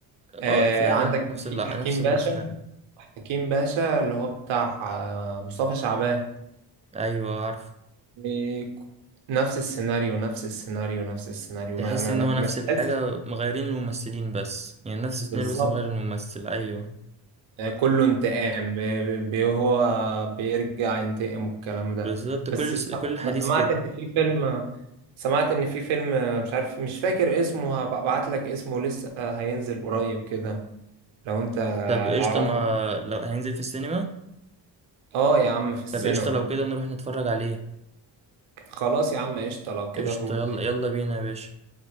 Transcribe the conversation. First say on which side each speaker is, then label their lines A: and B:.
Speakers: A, on the right; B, on the right.
A: آه
B: اه فعلا
A: عندك
B: نفس
A: في
B: ال...
A: حكيم
B: نفس
A: باشا
B: السيناريو
A: حكيم باشا اللي هو بتاع آه، مصطفى شعبان
B: ايوه عارف
A: إيه، نفس السيناريو نفس السيناريو نفس السيناريو
B: تحس
A: ما ما
B: ان
A: ما
B: هو نفس
A: ما تحسش
B: الحاجة مغيرين الممثلين بس يعني نفس السيناريو
A: بالظبط
B: بس مغير الممثل ايوه
A: آه، كله انتقام بي بي- هو بيرجع ينتقم والكلام ده
B: بالظبط
A: بس
B: كل
A: س-
B: س- كل حديث
A: انا سمعت
B: كده
A: ان في فيلم سمعت ان في فيلم آه، مش عارف مش فاكر اسمه هبعت لك اسمه لسه هينزل قريب كده لو انت
B: طب قشطة
A: تعرفه
B: ما لو هينزل في السينما
A: اه يا عم في السينما
B: طب قشطة لو كده نروح نتفرج عليه
A: خلاص يا عم قشطة لو كده
B: قشطة
A: نروح
B: يلا يلا بينا يا باشا